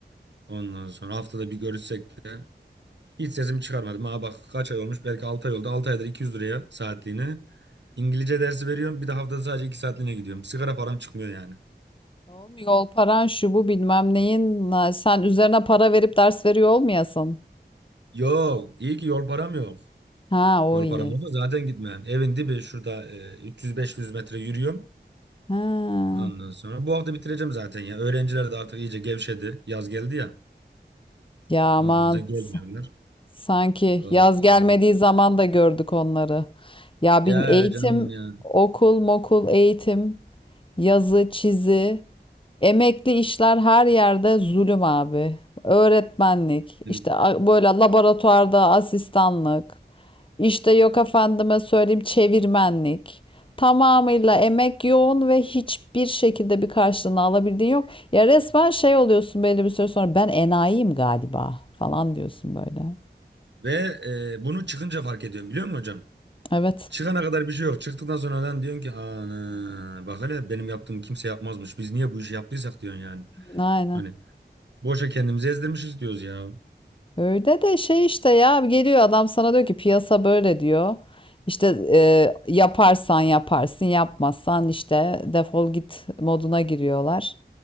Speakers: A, on the right (about 75°); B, on the left (about 30°).
A: Ondan sonra haftada bir görüşsek de hiç sesimi çıkarmadım. Ha bak kaç ay olmuş belki 6 ay oldu. 6 aydır 200 liraya saatliğine. İngilizce dersi veriyorum. Bir de haftada sadece 2 saatliğine gidiyorum. Sigara param çıkmıyor yani.
B: Oğlum yol paran şu bu bilmem neyin. na- Sen üzerine para verip ders veriyor olmayasın.
A: Yok iyi ki yol param yok.
B: Ha
A: Yol
B: o iyi.
A: param olsa zaten gitmem. Evin dibi şurada e, 300-500 metre yürüyorum.
B: Ha.
A: Ondan sonra bu hafta bitireceğim zaten ya. Öğrenciler de artık iyice gevşedi. Yaz geldi ya.
B: Ya aman
A: Ondan sonra gelmiyorlar.
B: s- sanki
A: Ondan
B: yaz
A: sonra.
B: gelmediği zaman da gördük onları. Ya
A: Ya
B: bilmem eğitim,
A: canım ya.
B: okul, mokul, eğitim, yazı, çizi, emekli işler her yerde zulüm abi. Öğretmenlik,
A: Kesinlikle
B: işte a-
A: ya.
B: böyle laboratuvarda asistanlık. İşte yok efendime söyleyeyim çevirmenlik. Tamamıyla emek yoğun ve hiçbir şekilde bir karşılığını alabildiğin yok. Ya resmen şey oluyorsun belli bir süre sonra ben enayiyim galiba falan diyorsun böyle.
A: Ve e, bunu çıkınca fark ediyorum biliyor musun hocam?
B: Evet,
A: Çıkana kadar bir şey yok. Çıktıktan sonra lan diyorsun ki ana bak hele benim yaptığım kimse yapmazmış. Biz niye bu işi yaptıysak diyorsun yani.
B: aynen.
A: Hani boşa kendimizi ezdirmişiz diyoruz ya.
B: Öyle de şey işte ya geliyor adam sana diyor ki piyasa böyle diyor. İşte e, yaparsan yaparsın yapmazsan işte defol git moduna giriyorlar.